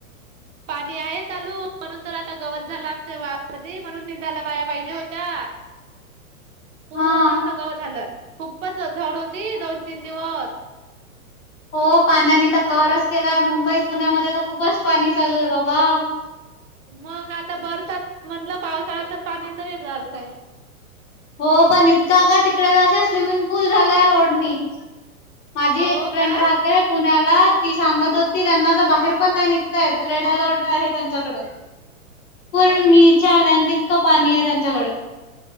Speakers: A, on the right (about 60°); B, on the left (about 55°).
A: ह <inaudible> पाणी आहे चालू म्हणून तर आता गवत झाला आमच्या वावरा मधी, म्हणून निंदायला बाया पाहिजे होत्या. <inaudible> पूर्ण
B: हा
A: अस गवत झालं, खूपच झड होती दोन तीन दिवस.
B: हो पाण्याने त कहरच केलाय, मुंबई पुण्यामध्ये तर खूपच पाणी चालूये बाबा.
A: मग आता बरसात म्हणलं पावसाळा तर पाणी तर येणारच आहे.
B: हो पण इतकं का? तिकडे अशेच स्विमिंग पूल झालाय रोडणी, माझी
A: हो
B: एक फ्रेंड
A: का
B: राहते पुण्याला. ती सांगत होती, त्यांना तर बाहेर पण नाही निघता येत, रेड अलर्ट आहे. त्यांच्याकडे, पुल
A: हो
B: नीचे आला ना, तितकं पाणीये, त्यांच्याकडे.